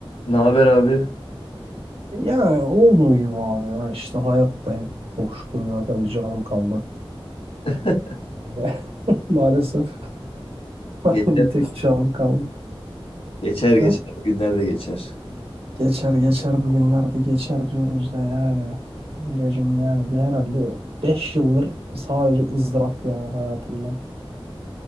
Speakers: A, on the left (about 85°); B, on the right (about 80°).
A: Ne haber abi?
B: Yani olduğu gibi abi ya işte hayattayım. Çok şükür zaten bir canım kaldı.
A: <laughs>
B: <laughs> Maalesef <laughs>
A: Geçer.
B: bir tek canım kaldı.
A: Geçer geçer.
B: Ha?
A: Bu günler de geçer.
B: Geçer geçer bugünlerde geçer diyoruz da yani. Biricim yani bir herhalde o 5 yıldır sadece ızdırap yani hayatımda.